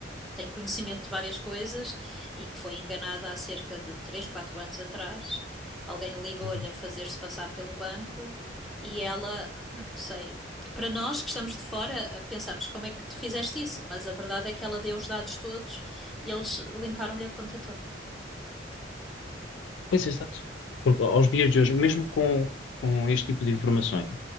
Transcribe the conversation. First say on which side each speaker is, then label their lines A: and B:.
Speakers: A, in the centre; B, on the left (about 85°).
A: tem conhecimento de várias coisas e que foi enganada há cerca de 3, 4 anos atrás. Alguém ligou-lhe
B: Uhum.
A: a fazer-se passar pelo banco e ela, opá, não sei. Para nós que estamos de fora, pensamos como é que tu fizeste isso, mas a verdade é que ela deu os dados todos e eles limparam-lhe a conta toda.
B: Pois, exato. Porque aos dias de hoje, mesmo com, com este tipo de informações,